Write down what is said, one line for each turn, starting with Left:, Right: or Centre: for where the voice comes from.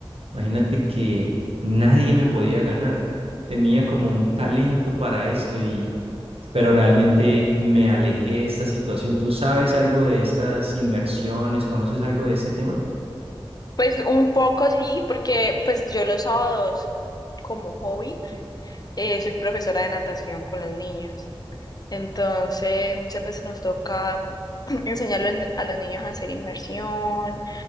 Right: Imagínate que nadie me podía ganar. Tenía como un talento para esto y pero realmente me alejé de esta situación. ¿Tú sabes algo de estas inmersiones? ¿Conoces algo de este tema?
Left: Pues un poco sí, porque pues yo los sábados como hobby eh, soy profesora de natación con los niños. Entonces, muchas veces nos toca <clears throat> enseñarle a los niños a hacer inmersión,